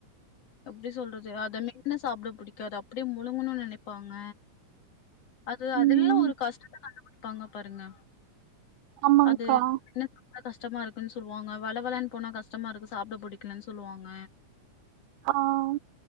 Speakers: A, on the left; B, on the right.
A: எப்படி சொல்றது அத மென்னு சாப்பிட புடிக்காது அப்படியே முழுங்கணும்னு நினைப்பாங்க அது அதல்லாம்
B: ம்
A: ஒரு கஷ்டத்தை கண்டுபிடிப்பாங்க பாருங்க
B: ஆமாக்கா
A: அது மென்னு சாப்ட கஷ்டமா இருக்குன்னு சொல்லுவாங்க வள வளன்னு போனா கஷ்டமா இருக்கு சாப்பிட பிடிக்கலன்னு சொல்லுவாங்க
B: ஆஹ்